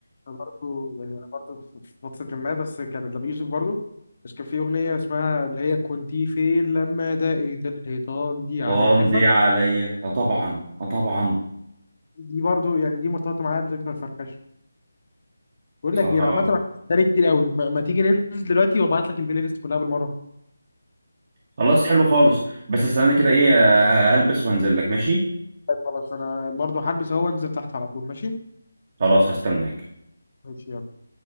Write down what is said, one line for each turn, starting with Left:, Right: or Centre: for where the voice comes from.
Left: انا برضو يعني انا برضو في فترة ما بس كان لأبي يوسف برضو بس كان في اغنية اسمها اللي هي كنت فين لما دقيت الحيطان دي على
Right: طن
Left: يعرفها
Right: دي عليا آه طبعا آه طبعا
Left: دي برضو يعني دي مرتبطة معايا بذكرى الفركشة بقول
Right: بصراحة
Left: لك ايه انا
Right: اه
Left: عامة عندي كتير قوي ما, ما تيجي ننزل دلوقتي وابعت لك البلاي ليست كلها بالمرة
Right: خلاص حلو خالص بس استناني كده ايه آه، هلبس وانزل لك ماشي
Left: طيب، خلاص انا برضو هلبس اهو وانزل تحت على طول ماشي
Right: خلاص هستناك
Left: ماشي يلا.